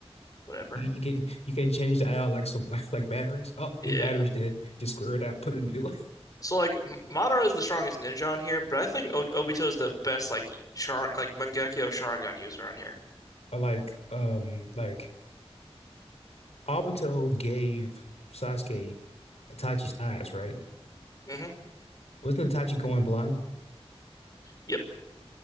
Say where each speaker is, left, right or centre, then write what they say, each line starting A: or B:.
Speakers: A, on the left; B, on the left.
A: Whatever.
B: You you can you can not change the eye out like some <laughs> like like batteries. Oh,
A: Yeah.
B: this battery's dead. Just screw it out. Put it in a new one. <laughs>
A: So like M- Madara is the strongest ninja on here, but I think o Obito is the best like Shar like Mangekyo Sharingan user on here.
B: Or like um like. Obito gave Sasuke Itachi's eyes, right?
A: hmm
B: Wasn't Itachi going blind?
A: Yep.